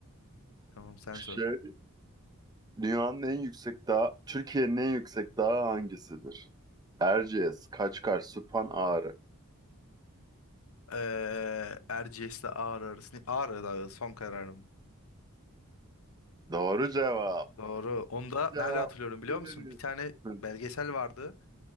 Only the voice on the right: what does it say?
Şey,
dünyanın en yüksek dağı, Türkiye'nin en yüksek dağı hangisidir? Erciyes, Kaçkar, Süphan, Ağrı.
Doğru cevap.
Cevap.
Bildiniz.
Hı hı.